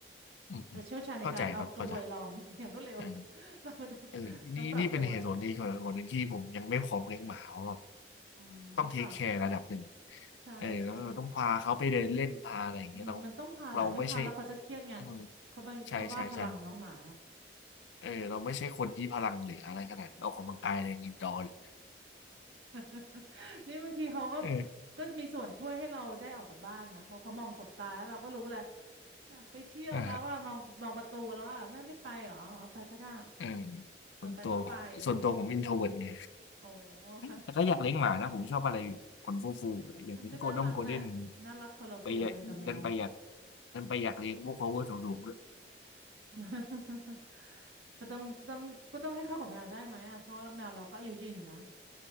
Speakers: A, on the left; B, on the right.
A: ืม
B: แต่เชี่ยวชาญในการเอากระบวยลอง
A: อืม เข้าใจครับ เข้าใจ
B: <laughs> อย่างรวดเร็ว
A: เออ
B: เราจะ
A: เออนี่นี่เป็นเหตุผลที่คนคนหนึ่งที่ผม
B: ต้องปรับตัว
A: ยังไม่พร้อมเลี้ยงหมาเพราะแบบ
B: อืมค่ะ
A: ต้องเทคแคร์ระดับหนึ่ง
B: ใช่ใช่
A: เออแล้วเราต้องพาเขาไปเดินเล่น พาอะไรอย่างเงี้ยเรา
B: มันมันต้องพาแหละไม่พาแล้วเขาจะเครียดไง
A: เราไม่ใช่อืม
B: เขาไปเขาบ้าพลังเนาะหมา
A: ใช่ใช่ ใช่เออเราไม่ใช่คนที่พลัง หรืออะไรขนาดออกกำลังกายอะไรอย่างนี้ดอร์เลย
B: <laughs> นี่บางทีเขาก็
A: เออ
B: ก็มีส่วนช่วยให้เราได้ออกจากบ้านนะเพราะเขามองสบตาแล้วเราก็รู้แหละอยากไปเที่ยวแล้วว่ามองมองประตูแล้วว่าแม่ไม่ไปเหรอเอาไปก็ได้
A: อ่าฮะเออ
B: เอาไปก็ไปอะไรอย่างเงี้ย
A: ส่วนตัว ส่วนตัวผมอินโทรเวิร์ไง
B: โอ้ค่ะ
A: แต่ก็อยากเลี้ยงหมานะผมชอบอะไรขนฟูๆอยากเลี้ยงโกลด้งโกลเด้น
B: <laughs> มันก็น่ารักแหละน่ารักคนละฟิลกันกับแมว
A: ไปอยากดันไปอยากดันไปอยากเลี้ยงพวก power สูงๆด้วย
B: <laughs> ก็ต้องก็ต้องก็ต้องให้เข้ากับแมวได้ไหมอ่ะเพราะแมวเราก็อายุยืนอยู่นะ